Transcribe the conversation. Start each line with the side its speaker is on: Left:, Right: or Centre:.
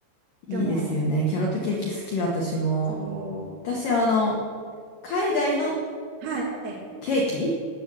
Left: いいですよね。
Right: でも、
Left: キャロットケーキ好き、私も。
Right: そ
Left: 私、あの、海外の
Right: う。はい。
Left: ケーキ